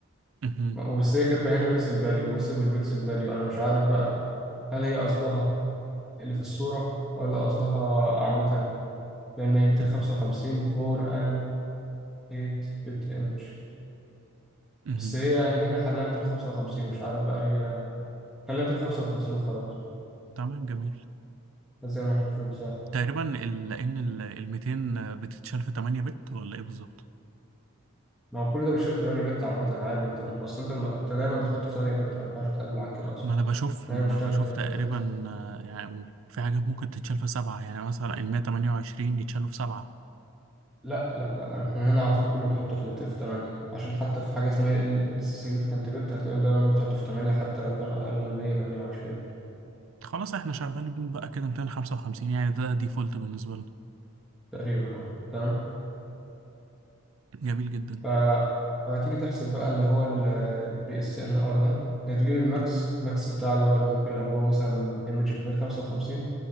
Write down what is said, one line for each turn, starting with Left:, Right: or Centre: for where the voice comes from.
Right: مهم،
Centre: بس هي كاتبة هنا بيكسل فاليو بص بالبيكسل فاليو أنا مش عارف بقى هل هي قصدها اللي في الصورة ولا قصدها عامة لأن هي 255
Right: مهم،
Centre: 4 and 8 bit image
Right: مهم.
Centre: بس هي يعني هنا حلها 255 مش عارف بقى هي حلها 255 وخلاص
Right: تمام جميل
Centre: زي ما احنا في المثال
Right: تقريبا ال- لان ال ال 200 بتتشال في 8 بت ولا ايه بالظبط
Centre: ما هو كل ده بيشتغل في 8 بت عامة عادي انت م- اصلا انت م- انت دايما بتحطه في 8 بت ما ينفعش تقلل عن كده اصلا
Right: ما انا بشوف
Centre: انا
Right: ما
Centre: مش
Right: انا
Centre: بشتغل
Right: بشوف
Centre: في 8
Right: تقريبا
Centre: بتات
Right: آه، يعني في حاجات ممكن تتشال في سبعة يعني مثلا ال 128 يتشالوا في سبعة
Centre: لا لا لا احنا هنا على طول كله بنحطه في مت- في 8 عشان حتى في حاجة اسمها ال significant بت هتلاقيهم دايما انهم بتحطه في 8 حتى لو كانوا اقل من 128
Right: خلاص احنا شغالين بيهم بقى كده 255 يعني ده ديفولت بالنسبة لنا
Centre: تقريبا اه تمام
Right: جميل جدا
Centre: ف فهتيجي تحسب بقى اللي هو البي اس ان ار ده هتجيب الماكس
Right: مهم.
Centre: ماكس بتاع اللي هو ممكن لو هو مثلا ايمج في 155